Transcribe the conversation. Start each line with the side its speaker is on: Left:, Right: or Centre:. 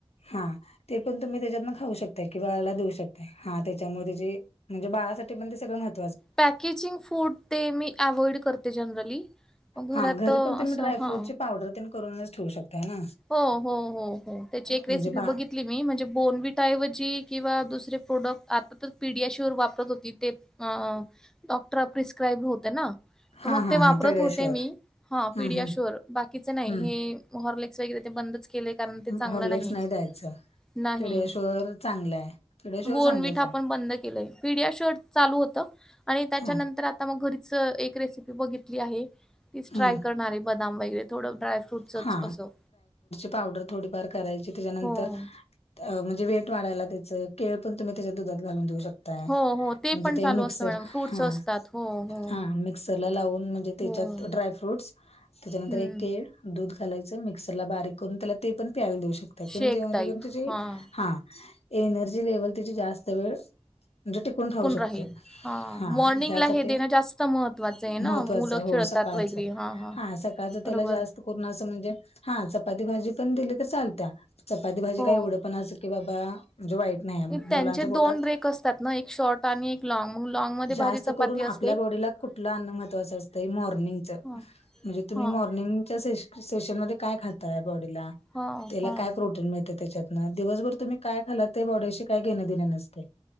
Left: हा. ते पण तुम्ही त्याच्यातन खाऊ शकताय कि बा बाला देऊ शकता हा त्याच्यामुळे त्या म्हणजे बाळासाठी. ते सग.
Centre: पॅकेजिंग फूड ते मी अव्हइड करते जनरली. घरात
Left: हा घरी
Centre: असं
Left: पण तुम्ही ड्रायफ्रूटची
Centre: हा.
Left: पावडर तेन करूनच ठेू शकतय ना.
Centre: हो हो हो हो त्याची एक
Left: म्हणजे
Centre: रेसिपी
Left: बा
Centre: बघितली मी म्हणजे बोनविटाय व किंवा दुसरे प्रोडक् आ तर पीडिया श्युर वापरत होती ते. अ डॉक्टर प्रिस्क्राईब होते ना.
Left: हा
Centre: मग
Left: हा
Centre: ते वापरत
Left: हा पेड्याश्युअर
Centre: होते मी हा
Left: हम्म
Centre: पीडियाशुर बाकीच नाही
Left: हम्म
Centre: हेरले. वगर ते बंदच केले कारण ते
Left: हम्म
Centre: चांगलं
Left: हॉर्लेक्स
Centre: नाही.
Left: द्यायचं
Centre: नाही
Left: पेड्याश्युअर चांगलं आहे पेड्याश्युअर
Centre: बोनविठा
Left: चांगलंच
Centre: आपण
Left: आहे
Centre: बंद केलंय पीडिया शर्ट चालू होत. आणि त्याच्यानंतर
Left: हा
Centre: आ ता मग घरीच एक रेसिपी बघितली आहे तीच
Left: हम्म
Centre: ट्राय करणारे बदाम वगैरे थोडं ड्राय. फ्रुटच
Left: हा
Centre: असो.
Left: पावडर थोार कराय त्यार
Centre: हो.
Left: वेट वाढयला त्याचे केळ पण तुम्ही त्याच्या दुधात घालून देऊ शकता.
Centre: हो, हो.
Left: म्हणजे
Centre: पण
Left: ते
Centre: चालू
Left: मिक्सर
Centre: असतं मॅडम
Left: हा
Centre: फ्रुट्स असतात. हो, हो,
Left: हा मिक्सरला लावून म्हणजे. त्याच्यात
Centre: हो.
Left: ड्राय फ्रूट्स त्याच्यानंतर
Centre: हं.
Left: एक केळ दूध घालायचं मिक्सरला बारीक करून त्याला ते पण. प्याला देऊ शकत
Centre: शेक टाईप.
Left: तु
Centre: हां.
Left: हा एनर्जी लेव्हल तची जास्त वेळ. म्हणजे टिकून राावू शकते
Centre: राहील. हां.
Left: हा
Centre: मॉर्निंगला
Left: ह्यासाठी.
Centre: हे देणं जास्त महत्त्वाचं आहे
Left: महत्त्वाचं
Centre: ना, मुलं
Left: हो
Centre: खेळतात
Left: सकाळचं
Centre: वगैरे. हां, हां.
Left: हा सकाळचं
Centre: बरोबर.
Left: त्याला जास्त. ण असं म्हणजे हा चपाती भाजी पण दिली तर चालत चपाती भाजी
Centre: हो.
Left: काय एवढं पण असं की बा वाईट. नाही
Centre: त्यांचे
Left: मुलांच्या
Centre: दोन
Left: पोटात
Centre: ब्रेक असतात ना एक शॉर्ट आणि एक लँग मग लँगमध्येध्ये
Left: जास्त
Centre: भाजी चपाती
Left: करून
Centre: असत.
Left: आपल्या बॉडीला कुठलं अन्न महत्वाच असतं मॉर्निंगच
Centre: हां,
Left: म्हणजे तुम्ही
Centre: हां,
Left: मॉर्निंग सेशन मध्ये काय खातय बॉडीला
Centre: हां,
Left: त्याला
Centre: हां.
Left: काय प्र ळ त्याच्या दिवसभर तुम्ही काय खाला ते बॉडीशी काय घेणे देणे नसते.